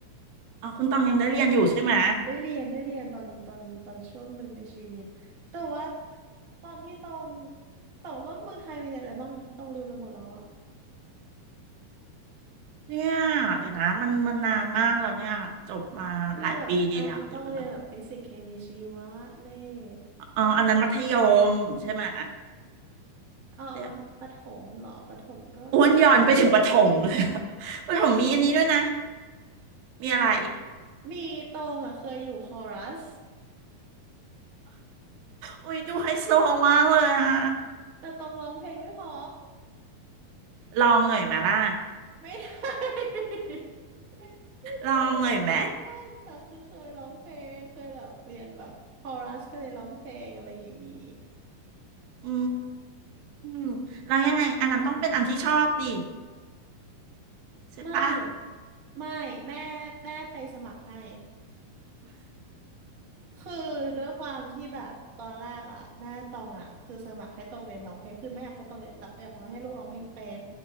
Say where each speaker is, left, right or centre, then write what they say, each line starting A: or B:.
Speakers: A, on the right (about 80°); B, on the right (about 40°).
A: อ๋อคุณตองยังได้เรียนอยู่ใช่ไหม
B: ได้เรียนได้เรียนตอนตอนตอนช่วงหนึ่งในชีวิตแต่ว่าตอนที่ต้องแต่ว่าเมืองไทยมีเรียนอะไรบ้างนะต้องลืมไปหมดแล้วอะ
A: เนี่ยเดี๋ยวนะมันมันนานมากแล้วเนี่ยจบมาหลายปีดีดักเดี๋ยวกันนะ
B: มีแบบอ่ะต้องเรียนแบบฟิสิกส์เคมีชีวะเลข
A: อ๋ออันนั้นมัธยมใช่ไหม
B: เออเออเอมันประถมเหรอประถมก็
A: เดี๋ยวอ้วนย้อนไปถึงประถมเลยอะ <laughs> ประถมมีอันนี้ด้วยนะ
B: มี
A: มีอะไร
B: มีตรงอ่ะเคยอยู่คอรัส
A: อุ้ยดูไฮโซมากเลยอะ
B: แต่ตรงร้องเพลงไม่เพอ
A: ลองหน่อยไหมาล่ะ
B: ไม่ได้ <laughs> ไม่ได้ทุกวันแต่คือเคยร้องเพลงเคยแบบเรียนแบบคอรัสเคยเรียนร้องเพลงอะไรอย่างนี้
A: ลองหน่อยไหมอืมแล้วยังไงอันนั้นต้องเป็นอันที่ชอบดิใช่ปะ
B: ไม่ไม่แม่แม่ไปสมัครให้ คือด้วยความที่แบบตอนแรกอ่ะแม่ตองอ่ะคือสมัครให้ตองเรียนร้องเพลงคือไม่อยากให้ตองเรียนหลักอยากให้ลูกร้องเพลงเป็น